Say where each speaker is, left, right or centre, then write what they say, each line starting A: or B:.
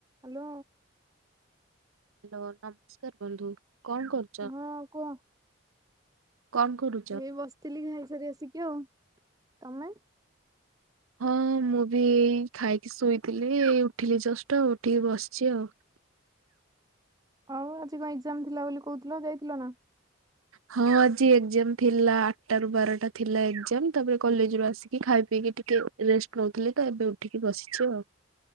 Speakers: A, on the right; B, on the right.
A: Hello.
B: Hello, ନମସ୍କାର ବନ୍ଧୁ କଣ କରୁଚ?
A: ହଁ କୁହ।
B: କଣ କରୁ
A: ଏଇ ବସିଥିଲି ଘାଇସାରି ଆସିକି ଆଉ ତମେ?
B: ହଁ ମୁଁ ବି ଖାଇକି ଶୋଇଥିଲି ଉଠିଲି ଜଷ୍ଟ ଉଠିକି ବସିଛି ଆଉ।
A: ଆଉ ଆଜି କଣ ଏକ୍ଜାମ ଥିଲା ବୋଲି କହୁଥିଲ ଯାଇଥିଲ ନା?
B: ହଁ ଆଜି ଏକ୍ଜାମ ଥିଲା ଆଠଟା ରୁ ବାରଟା ଥିଲା ଏକ୍ଜାମ ତାପରେ କଲେଜରୁ ଆସିକି ଖାଇ ପିଇକି ଟି କେ ରେଷ୍ଟ ନଉଥିଲିତ ଏବେ ଉଠିକି ବସିଛି ଆଉ।